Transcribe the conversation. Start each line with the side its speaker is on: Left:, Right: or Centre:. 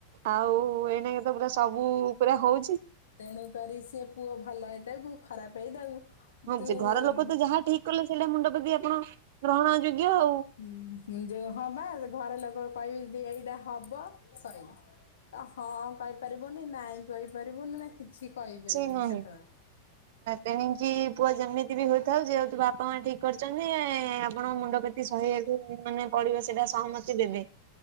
Right: ଆଉ ଏଣେ ତ ପୁରା, ସବୁ ପୁରା ହଉଚି।
Left: ତେଣୁ କରି ସେ ପୁଅ ଭଲ ହେଇଥାଉ କି ଖରାପ ହେଇଥାଉ
Right: ହଉଛି,
Left: ତୁ
Right: ଘର ଲୋକ ତ ଯାହା ଠିକ କଲେ, ସେଇଟା ମୁଣ୍ଡପାତି ଆପଣ ଗ୍ରହଣ ଯୋଗ୍ୟ ଆଉ
Left: ହୁଁ ଯୋଉ ହଁ ବା, ଘର ଲୋକ କହିବେ ଯଦି ଏଇଟା ହବ, ସଇଲା, ତ ହଁ କଇପାରିବନି, ନାଇଁ କଇପାରିବୁନି, ନା କିଛି କଇ ପାରିବୁନି,
Right: ସେ ନାହିଁ
Left: ସେତେବେଳେ।
Right: ତେଣିକି ପୁଅ ଯେମିତି ବି ହୋଇଥାଉ, ଯେହେତୁ ବାପା, ମା ଠିକ କରିଛନ୍ତି ଆପଣଙ୍କୁ ମୁଣ୍ଡପାତି ସହିବାକୁ ମାନେ ପଡିବ ସେଇଟା, ସହମତି ଦେବେ।